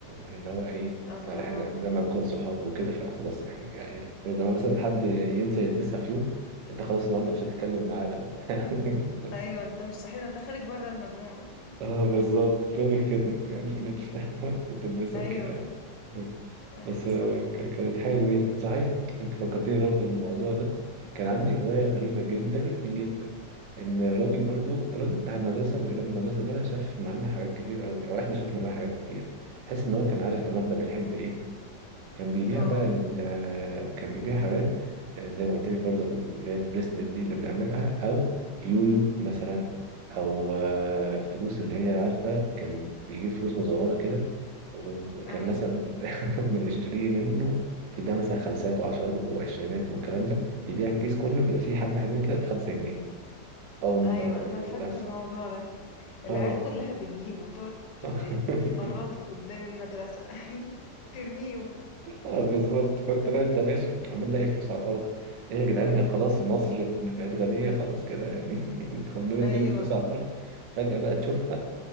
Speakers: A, on the right; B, on the left.
A: اللي هو ايه
B: الله
A: احنا لما نكون صحاب وكده فخلاص احنا يعني لما مثلا حد ينسى يلبسها في يوم انت خلاص النهارده مش هتتكلم معانا <laughs> بس
B: ايوه انت مش صاحبنا انت خارج بره المجموعة
A: اه بالظبط فين الختم يعني فين ال- <laughs> كنت بلبسها
B: ايوه
A: كده يعني.
B: ايوه
A: بس آه،
B: صح
A: ك- كانت حاجة جميلة صحيح انت أنت فكرتني برضو بالموضوع ده كان عندي هواية غريبة جدا <laughs> جدا ان الراجل برضو الراجل بتاع المدرسة اللي جنب المدرسة ده شاف معانا حاجات كتير قوي او احنا شفنا معاه حاجات كتير حس ان هو كان عارف دماغنا بنحب ايه كان بيبيع
B: اه
A: بقى ال- آه، كان بيبيع حاجات آه، زي ما قلت لك برضه اللي هي البريسلت دي اللي بنعملها او يويو مثلا او آه، فلوس اللي هي عارفه كان بيجيب فلوس مزوره كده وكان
B: ايوه
A: مثلا <laughs> بنشتريه منه بيبيع مثلا خمسات وعشرات وعشرينات والكلام ده بيبيع الكيس كله بيبقى فيه حبه حلوين كده بخمسة جنيه اه ب-
B: ايوه انا فاكرة
A: بس
B: الموضوع ده العيال
A: اه
B: كلها بتجيب وتقعد ت-
A: <laughs>
B: ت- تفرطوا قدام المدرسة <laughs> ايوه ترميهم
A: اه بالظبط فانت بقى انت ماشي عمال لاقي فلوس على الارض ايه يا جدعان
B: أمم.
A: هي خلاص مصر بقت غنيه خلاص كده يعني <laughs> كلنا
B: ايوه
A: نرمي فلوس على الارض فجاه بقى تشوفها